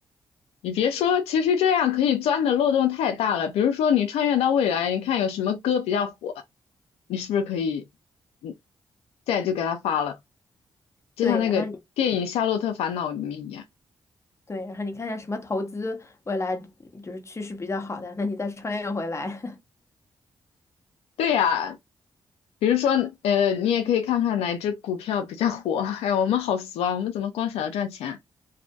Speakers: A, on the left (about 80°); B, on the left (about 30°).
A: 你别说，其实这样可以钻的漏洞太大了。比如说，你穿越到未来，你看有什么歌比较火，你是不是可以嗯再就给他发了？就像那个电影《夏洛特烦恼》里面一样。
B: 对，然后你对，然后你看一下什么投资未来就是趋势比较好的，那你再穿越回来，
A: 对呀，比如说呃，你也可以看看哪只股票比较火。<laughs> 哎，我们好俗啊，我们怎么光想着赚钱啊